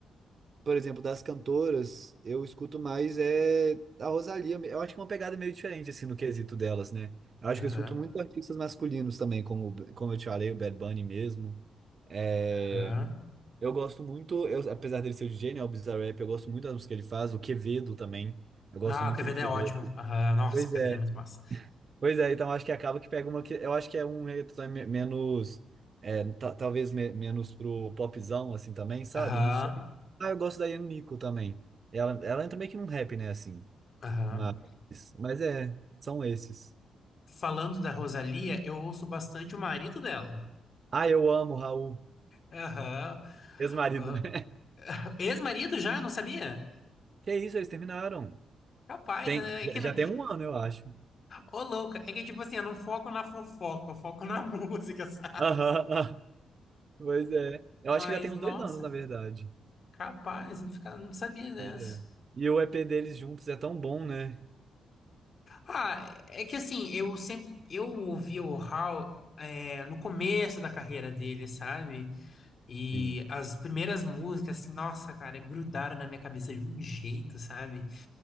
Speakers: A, on the right; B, on the left.
A: por exemplo, das cantoras, eu escuto mais é a Rosalía. Eu acho que é uma pegada meio diferente, assim, no quesito delas, né? Eu acho
B: aham,
A: que eu escuto muito artistas masculinos também, como, como eu te falei, o Bad Bunny mesmo. É,
B: aham.
A: eu gosto muito, eu, apesar dele ser o DJ, né, o Bizarrap, eu gosto muito das músicas que ele faz, o Quevedo também. Eu gosto
B: Ah,
A: muito
B: o KVD
A: do Quevedo.
B: é ótimo. Aham, Nossa,
A: Pois
B: o KVD
A: é.
B: é muito massa.
A: Pois é, então acho que acaba que pega uma que eu acho que é um reggaeton me- menos é, ta- talvez me- menos pro popzão assim também, sabe?
B: Aham,
A: Não sei. Ah, eu gosto da Ian Nico também. Ela, ela entra meio que num rap, né, assim.
B: aham.
A: Mas, mas é, são esses.
B: Falando da Rosalia, eu ouço bastante o marido dela.
A: Ah, eu amo o Raul,
B: Aham.
A: ex-marido,
B: aham.
A: né? <laughs>
B: Ex-marido já, não sabia?
A: Que isso, eles terminaram.
B: Capaz,
A: Tem,
B: né? É que
A: já
B: não...
A: já tem um ano, eu acho.
B: Ô, louca, é que tipo assim, eu não foco na fofoca, eu foco na <laughs> música, sabe?
A: Aham, ah, pois é. Eu
B: Mas,
A: acho que já tem uns
B: nossa,
A: dois anos, na verdade.
B: capaz, não fica- não sabia dessa.
A: Pois é. E o EP deles juntos é tão bom, né?
B: Ah, é que assim, eu sempre... Eu ouvi o Hal, é, no começo da carreira dele, sabe? E
A: Sim,
B: as primeiras músicas, assim, nossa, cara, grudaram na minha cabeça de um jeito, sabe?